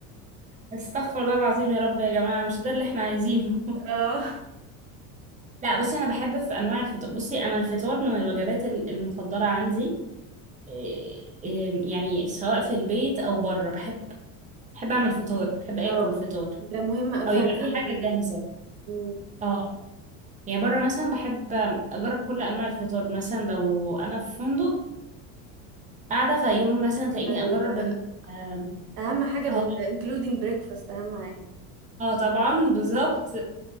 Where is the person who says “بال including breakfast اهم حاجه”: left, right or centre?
Right